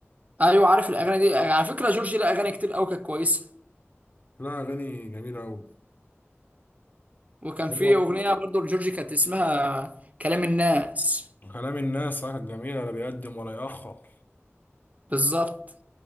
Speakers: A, on the right (about 35°); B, on the left (about 40°).
A: ايوه عارف الاغاني دي على فكره جورجي لها اغاني كتير قوي كانت كويسه
B: لا اغاني جميله
A: وكان
B: قوي
A: في اغنيه برضو لجورجي كانت اسمها كلام الناس
B: كلام الناس آه جميل لا بيقدم ولا يأخر
A: بالظبط